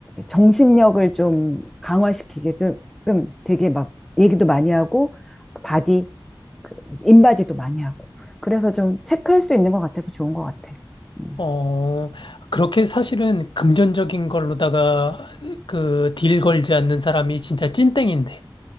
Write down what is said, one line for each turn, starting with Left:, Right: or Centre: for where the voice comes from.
Centre: 정신력을 좀 강화시키게끔 되게 막 얘기도 많이 하고, 그 바디, 그 인바디도 많이 하고. 그래서 좀 체크할 수 있는 것 같아서 좋은 것 같아. 음.
Left: 어, 그렇게 사실은 금전적인 걸로다가 그 딜 걸지 않는 사람이 진짜 찐땡인데.